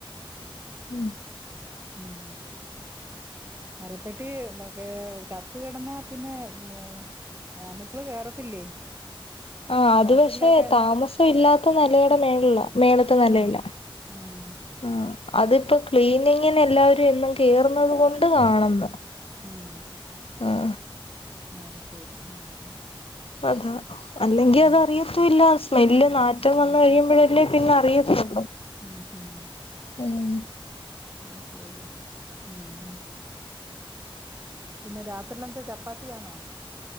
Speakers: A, on the left; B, on the right.
A: ഉം
B: ഉം മരപ്പെട്ടി ചത്ത് കിടന്നാ പിന്നെ ഉ അണുക്കള് കേറത്തില്ലേ
A: ആ അത്
B: ഹോസ്റ്റലിലൊക്കെ
A: പക്ഷെ
B: എല്ലാം
A: താമസം ഇല്ലാത്ത നിലയുടെ മേള മേളിത്തെ നിലയില
B: ഉം ഉം
A: ആ അതിപ്പോ ക്ലീനിങ്ങിന് എല്ലാവരും എന്നും കേറുന്നത് കൊണ്ട് കാണുന്നു
B: ഉം
A: ആഹ്
B: അത് ശരി ഉം
A: അത് അല്ലെങ്കി
B: ഉം
A: അത് അറിയത്തൂല്ല സ്മെല്ല്
B: ആഹ്
A: നാറ്റം വന്ന് കഴിയുമ്പോഴേ അല്ലേ പിന്നെ അറിയുന്നുണ്ടോ
B: ഉം ഉം
A: ഉം
B: ഉം ശരി ഉം പിന്നെ രാത്രിലെന്താ ചപ്പാത്തിയാണോ